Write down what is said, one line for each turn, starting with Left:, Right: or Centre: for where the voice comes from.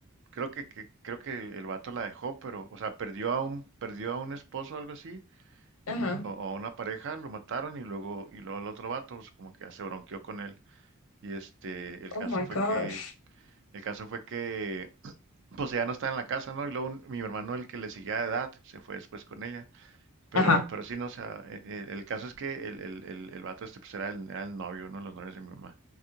Right: creo que, que- creo que el vato la dejó, pero, o sea, perdió a un, perdió a un esposo o algo así,
Left: ajá.
Right: o, o a una pareja, lo mataron y luego, y luego el otro vato, pues como que ya se bronqueó con él. Y este, el
Left: Oh
Right: caso
Left: my
Right: fue
Left: gosh.
Right: que, el caso fue que, <clears throat> pues ella no estaba en la casa, ¿no? Y luego un- mi hermano, el que le seguía de edad, se fue después con ella. Pero,
Left: Ajá.
Right: pero sí, no, o sea, e- e- el, caso es que el, el, el, el vato este pues era el, era el novio, uno de los novios de mi mamá.